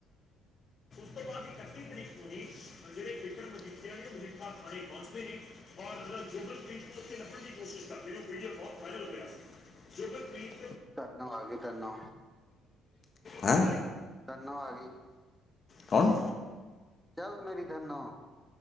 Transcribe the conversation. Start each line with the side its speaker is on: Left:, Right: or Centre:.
Left: ਉਸ ਤੋਂ ਬਾਅਦ ਇਕੱਤੀ ਤਰੀਕ ਹੂਦੀ ਨੂੰ ਹੀ ਜਿਹੜੇ ਬਿਕਰ ਮਜੀਠੀਆ ਨੇ ਉਹ ਮਜੀਠਾ ਥਾਣੇ ਪਹੁੰਚਦੇ ਨੇ ਔਰ ਜੋਗਨਪ੍ਰੀਤ ਨੂੰ ਉੱਥੇ ਲੱਭਣ ਦੀ ਕੋਸ਼ਿਸ਼ ਕਰਦੇ ਨੇ ਉਹ ਵੀਡੀਓ ਬਹੁਤ ਵਾਇਰਲ ਹੋਇਆ ਸੀ। ਜੋਗਨਪ੍ਰੀਤ
Centre: ਕਰਨ ਆ ਗਈ ਤੈਨੂੰ
Left: ਹੈਂ।
Centre: ਧੰਨਵਾ ਆ ਗਿਆ਼।
Left: ਕੌਣ।
Centre: ਚੱਲ ਮੇਰੀ ਧਨੋ